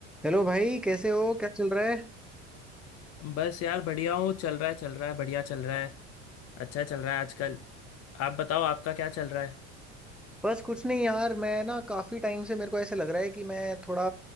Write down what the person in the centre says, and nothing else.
Hello भाई कैसे हो क्या चल रहा है
बस कुछ नहीं यार मैं ना काफी टाइम से मेरे को ऐसे लग रहा है कि मैं थोड़ा